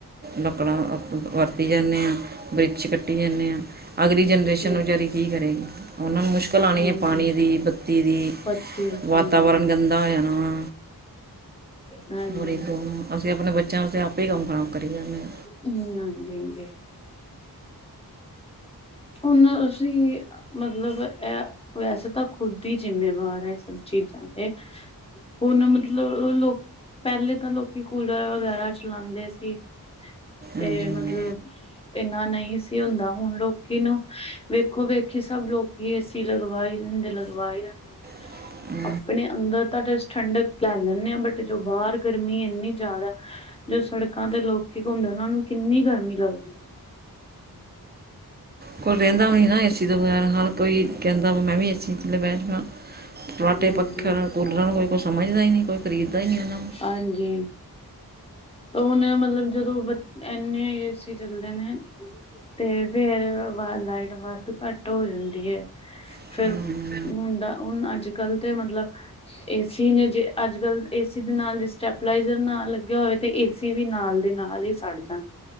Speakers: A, on the right; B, on the left.
A: ਲੱਕੜਾਂ ਵਰਤੀ ਜਾਨੇ ਆ ਬ੍ਰਿਛ ਕੱਟੀ ਜਾਨੇ ਆ। ਅਗਲੀ ਜਨਰੇਸ਼ਨ
B: ਹੂੰ,
A: ਵਿਚਾਰੀ ਕੀ ਕਰੇਗੀ ਉਨਾਂ ਨੂੰ ਮੁਸ਼ ਕਲ ਆਨੀ
B: ਹਾਂਜੀ।
A: ਏ ਪਾਨੀ ਦੀ, ਬੱਤੀ ਦੀ
B: ਪੱਤੇ ਹਮ
A: ਵਾਤਾਵਰਨ ਗੰਦਾ ਹੋ ਜਾਨਾ ਵਾ।
B: ਹਾਂਜੀ
A: ਬੜੀ
B: ਹਂ
A: ਅਸੀਂ ਅਪਣੇ ਬੱਚਿਆਂ ਵਾਸੇ ਆਪੇ ਹੀ ਕੰਮ ਖਰਾਬ ਕਰੀ ਜਾਨੇ ਆ।
B: ਹੂੰ ਹਾਂਜੀ ਜੀ। ਹੁਣ ਅਸੀਂ ਮਤਲਬ ਐ ਵੈਸੇ ਤਾਂ ਖੁਦ ਈ ਜਿੰਮੇਵਾਰ ਆ ਐ ਸਭ ਚੀਜ਼ਾਂ ਦੇ। ਹੂਨ ਮਤਲਬ ਲੋਕ ਪੈਲੇ ਤਾਂ ਲੋਕੀ ਕੂਲਰ ਵਗੈਰਾ ਚਲਾਂਦੇ ਸੀ। ਤੇ
A: ਹਾਂਜੀ
B: ਮਤਲਬ,
A: ਹਾਂਜੀ
B: ਇਨਾ ਨਹੀਂ ਸੀ ਹੁੰਦਾ ਹੁਣ ਲੋਕ ਕੀਨੂੰ, ਵੇਖੋ-ਵੇਖੀ ਸਭ ਲੋਕੀ ਏਸੀ ਲਗਵਾਈ ਜਾਂਦੇ ਲਗਵਾਈ ਜਾਂਦੇ।
A: <inaudible>
B: ਆਪਣੇ ਅੰਦਰ ਤਾਂ ਠੰਡਕ ਲੈ ਲੈਂਦੇ ਹਾਂ, ਬਟ ਜੋ ਬਾਹਰ ਗਰਮੀ ਇੰਨੀ ਜ਼ਿਆਦਾ। ਜੋ ਸੜਕਾਂ ਤੇ ਲੋਕੀ ਘੁੰਮਦੇ, ਉਹਨਾਂ ਨੂੰ ਕਿੰਨੀ ਗਰਮੀ ਲੱਗਦੀ।
A: ਕੋਈ ਬਹਿੰਦਾ ਵੀ ਨਹੀ ਨਾ ਏਸੀ ਤੋਂ ਬਗੈਰ। ਹਰ ਕੋਈ ਕਹਿੰਦਾ ਹੋਊ ਮੈਂ ਵੀ ਏਸੀ ਥੱਲੇ ਬੈਠ ਜਾਂਵਾ। ਫੱਰਾਠੇ
B: ਹਾਂਜੀ
A: ਪੱਖਿਯਾ ਕੂਲਰਾਂ ਨੂੰ ਕੋਈ ਕੁਝ ਸਮਝਦਾ ਹੀ ਨਹੀ, ਕੋਈ ਖਰੀਦਦਾ ਹੀ ਨਹੀ। ਉਹਨਾਂ
B: ਹਾਂਜੀ। ਉਹ ਨਾ ਮਤਲਬ ਜਦੋਂ ਐਨੇ ਏ ਸੀ ਚੱਲਦੇ ਨੇ। ਤੇ ਫੇਰ ਏਦੇ ਬਾਦ ਲਾਈਟ ਵੱਧ ਘੱਟ ਹੋ ਜਾਂਦੀ ਹੈ।
A: ਨੂੰ
B: ਫਿਰ ਹੁਣਦਾ ਹੁਣ ਅੱਜ ਕੱਲ੍ਹ ਤੇ ਮਤਲਬ ਏਸੀ ਨੇ, ਜੇ ਅੱਜ ਕੱਲ ਏਸੀ ਦੇ ਨਾਲ ਜੇ ਸਟੈਪਲਾਈਜ਼ਰ ਨਾਲ ਲੱਗਿਆ ਹੋਵੇ। ਤੇ ਏਸੀ ਵੀ ਨਾਲ ਦੇ ਨਾਲ ਹੀ ਸੜ ਜਾਣ।